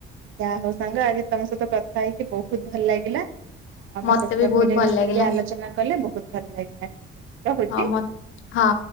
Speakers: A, on the right; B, on the left.
A: ଯାହା ହଉ ସାଙ୍ଗ ଆଜି ତମ ସହିତ କଥା ହେଇକି ବହୁତ ଭଲ ଲାଗିଲା। ଆଉ ଆମେ
B: ମତେ
A: ସୋସିଆଲ
B: ବି ବହୁତ
A: ମିଡିଆ
B: ଭଲ
A: ବିଷୟରେ
B: ଲାଗିଲା
A: ବି ଆଲୋଚନା କଲେ ବହୁତ ଭଲ ଲାଗିଲା ଠିକ ଅଛି ରହୁଛି।
B: ହଁ ମ ହଁ।